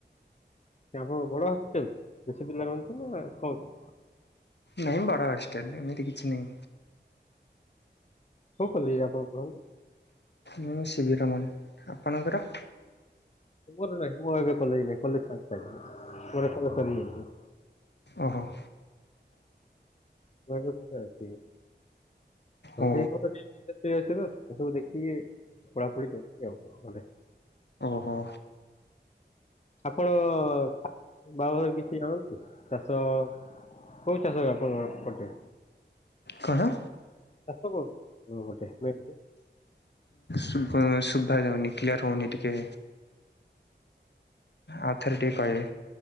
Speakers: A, on the left (about 40°); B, on the left (about 70°).
A: ଆପଣଙ୍କ ବଡ ହଷ୍ଟେଲ, ବେଶୀ ପିଲା ରହନ୍ତି ନା କମ୍?
B: ନାଇଁ, ବଡ ହଷ୍ଟେଲ ଏମିତି କିଛି ନାଇଁ।
A: କଉ କଲେଜରେ ଆପଣ ରୁହନ୍ତି?
B: ମୁଁ ସି ବି ରମନ। ଆପଣଙ୍କର?
A: ମର ନାହିଁ, ମର ଏବେ କଲେଜ୍ ନାଇଁ କଲେଜ୍ ସରିଯାଇଛି, ମୋର କଲେଜ ସରିଯାଇଛି।
B: ଅହୋ!
A: ମର କଥା ଅଛି। <unintelligible>
B: ଓ
A: ଏସବୁ ଦେଖିକି ପଢାପଢି ଚାଲଚି ଆଉ ମାନେ
B: ହଁ।
A: ଆପଣ-ଅ-ଅ ବାହାଘରେ କିଛି ଆଣନ୍ତି। ଚାଷ କୋଉ ଚାଷ ଆପଣଙ୍କ ପଟେ?
B: କଣ?
A: ଚାଷ କଣ? ମୋଟେ ନେଇକି
B: ଶୁଭ -ଶୁଭା ଯାଉନି। କ୍ଲିୟର ହଉନି ଟିକେ। ଆଉ ଥରେ ଟିକେ କହିବେ।